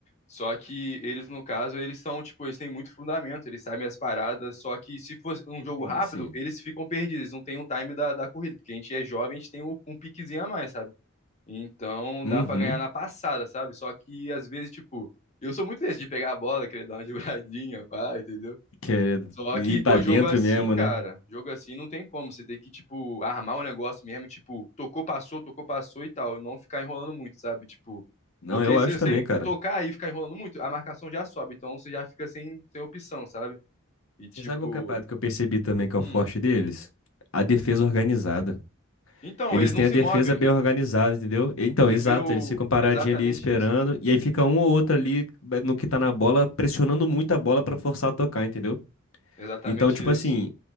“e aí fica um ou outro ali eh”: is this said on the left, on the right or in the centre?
Left